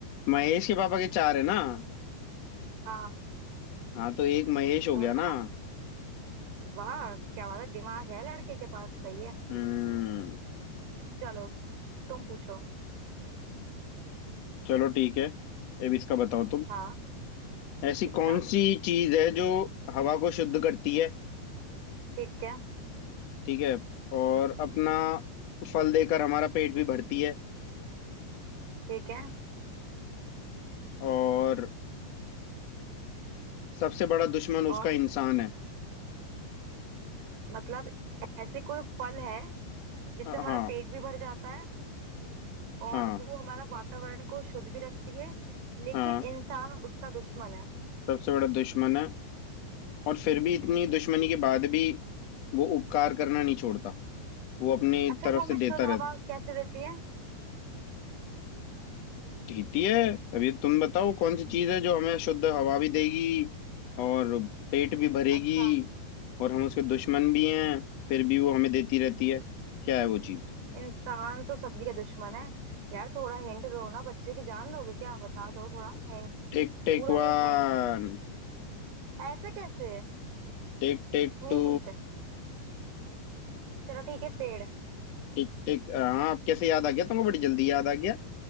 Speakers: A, on the left; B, on the right.
A: महेश के पापा के चार है ना
B: हाँ
A: हाँ तो एक महेश हो
B: तो
A: गया
B: बताओ
A: ना
B: वाह क्या वाला दिमाग है लड़के के पास सही है
A: हम्म
B: चलो तुम पूछो
A: चलो ठीक है अब इसका बताओ तुम
B: हाँ
A: ऐसी
B: किसका
A: कौन सी चीज है जो हवा को शुद्ध करती है
B: ठीक है
A: ठीक है और अपना फल देकर हमारा पेट भी भरती है
B: ठीक है
A: और सबसे बड़ा दुश्मन उसका
B: और
A: इंसान है
B: मतलब ऐसे कोई फल है जिससे
A: हाँ
B: हमारा पेट भी भर जाता है और
A: हाँ
B: वो हमारा वातावरण को शुद्ध भी रखती है लेकिन
A: हाँ
B: इंसान उसका दुश्मन है
A: सबसे बड़ा दुश्मन है और फिर भी इतनी दुश्मनी के बाद भी वो उपकार करना नहीं छोड़ता वो अपनी
B: अच्छा
A: तरफ
B: वो हमें
A: से देता
B: शुद्ध हवा
A: रहता
B: कैसे देती है
A: ठीक है अभी तो तुम बताओ कौन सी चीज है जो हमें शुद्ध हवा भी देगी और पेट भी भरेगी
B: अच्छा
A: और हम उसके दुश्मन भी हैं फिर भी वो हमें देती रहती है क्या है वो चीज
B: इंसान तो सभी का दुश्मन है यार थोड़ा हिंट दो ना बच्चे की जान लोगे क्या बता दो थोड़ा हिंट
A: Tick tick
B: पूरा
A: one
B: नहीं हिंट ऐसे कैसे
A: Tick tick
B: हिंट
A: two
B: चलो ठीक है पेड़
A: Tick tick हाँ अब कैसे याद आ गया तुमको बड़ी जल्दी याद आ गया